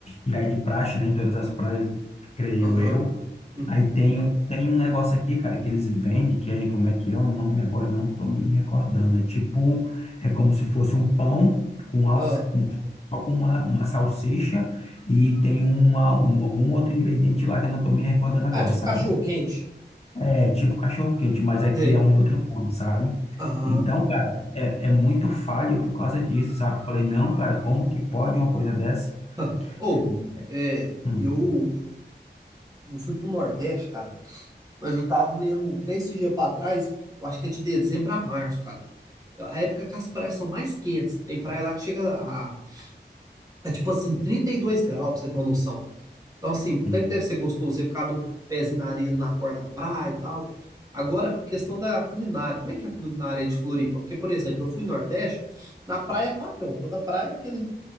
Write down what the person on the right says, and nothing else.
aham,
uhum.
Ah,
ah, tipo
cachorro quente.
Sei.
Aham.
<laughs>
Ah. Ou,
é,
eu, eu fui pro Nordeste, cara. Mas eu tava lendo um texto esse dia pra trás, eu acho que é de dezembro a março, cara. É a época que as praias são mais quentes. Tem praia lá que chega a, a, tipo assim, 32 graus, pra você ter uma noção. Então, assim,
tanto que deve ser gostoso você ficar no pezinho na areia, ali na porta da praia e tal. Agora, questão da culinária. Como é que é a culinária aí de Floripa? Porque, por exemplo, eu fui no Nordeste, na praia é padrão. Toda praia é aquele